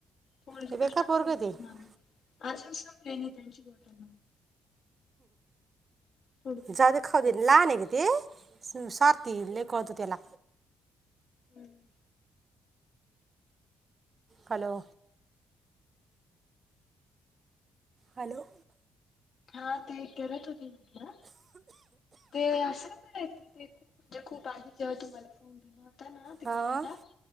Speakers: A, on the left; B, on the right.
A: थोडी, थोडसंच
B: लय बेकार
A: टाकून
B: पोरगं
A: दिली
B: आहे ते
A: ती मागं. अजून संपले नाही त्यांची बॉटल थोडं थोडं
B: जाऊदे
A: थोडं
B: खाऊदे लहान हय ग ते स्वार्थी, लय कळतं त्याला
A: हम्म.
B: हॅलो! हॅलो!
A: हा ते करत होती मला ते असं का करायतील ते खूप म्हणजे खूप आधी जेव्हा तुम्हाला फोन दिला होता ना तिकडला
B: हां